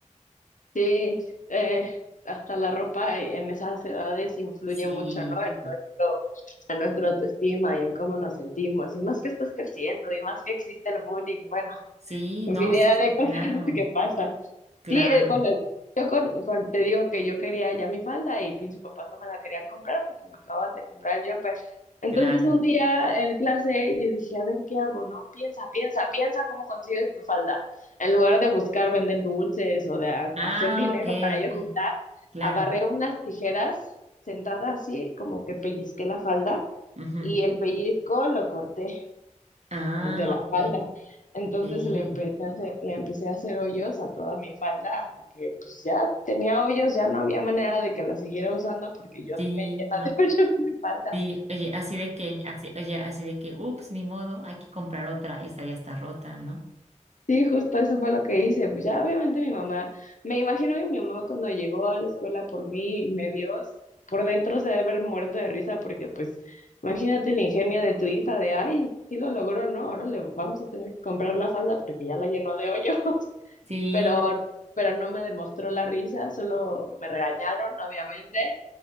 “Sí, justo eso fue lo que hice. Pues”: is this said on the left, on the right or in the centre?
Left